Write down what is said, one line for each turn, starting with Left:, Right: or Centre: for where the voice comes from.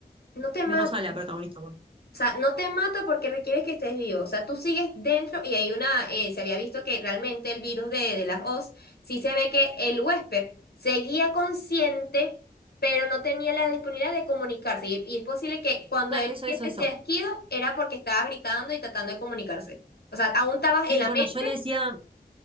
Left: No te
Right: Menos
Left: mata.
Right: a la protagonista, bueno.
Left: O sea, no te mata porque requiere que estés vivo. O sea, tú sigues dentro y hay una, eh, se había visto que realmente el virus de, de las Oz, sí se ve que el huésped seguía consciente, pero no tenía la disponibilidad de comunicarse. Y, y es posible que cuando
Right: Claro,
Left: él
Right: eso,
Left: hacía
Right: eso,
Left: ese
Right: eso.
Left: chasquido era porque estaba gritando y tratando de comunicarse. O sea, aún estabas
Right: Sí,
Left: en la
Right: bueno,
Left: mente
Right: yo le decía,